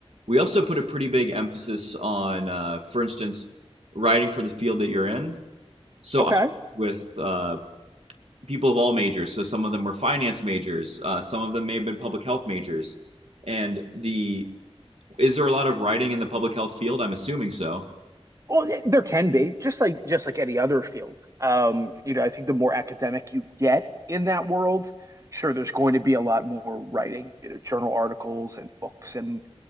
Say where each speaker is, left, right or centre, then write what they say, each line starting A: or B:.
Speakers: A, on the right; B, on the right.
A: We also put a pretty big emphasis on, uh, for instance, writing for the field that you're in. So
B: Okay.
A: I worked with uh, people of all majors. So some of them were finance majors. Uh, some of them may have been public health majors. And the is there a lot of writing in the public health field? I'm assuming so.
B: Well, th- there can be just like just like any other field. Um, you know, I think the more academic you get in that world, sure, there's going to be a lot more writing, you know, journal articles and books and